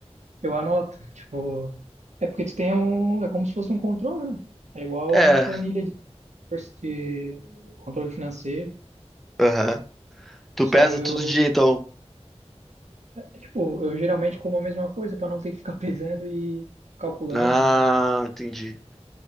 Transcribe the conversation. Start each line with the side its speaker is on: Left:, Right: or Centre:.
Right: eu anoto. Tipo, é porque tu tem um. É como se fosse um controle, né? É igual
Centre: É.
Right: planilha de, de controle financeiro.
Centre: Aham. Tu
Right: Sabe,
Centre: pesa
Right: eu,
Centre: todo dia, então.
Right: é, tipo, eu geralmente como a mesma coisa para não ter que ficar <laughs> pesando e calculando,
Centre: Ah,
Right: não tem?
Centre: entendi.